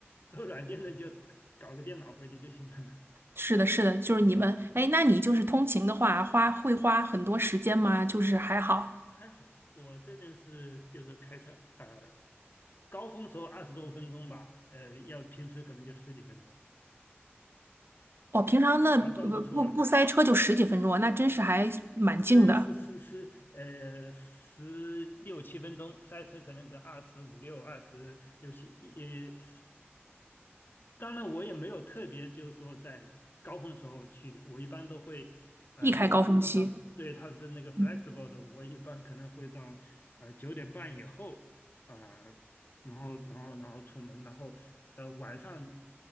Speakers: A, on the left (about 50°); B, on the right (about 60°).
A: 做软件的就搞个电脑回去就行了。
B: 是的，是的，就是你们，哎，那你就是通勤的话，花会花很多时间吗？就是还好，
A: <laughs> 还好我这边是就是开车，呃，高峰时候二十多分钟吧，呃，要平时可能就十几分钟，
B: 我平常那不不不塞车就十几分钟啊，
A: 还算不错了。
B: 那真是还蛮近的，
A: 呃，是是是，呃，十六七分钟，塞车可能得二十五六、二十六七，呃，当然，我也没有特别，就是说在高峰时候去，我一般都会，呃，
B: 避开高峰期。
A: 因为工资上对它是那个 flexible
B: 嗯
A: 的，我一般可能会到呃九点半以后啊、呃然后然后然后出门，然后呃晚上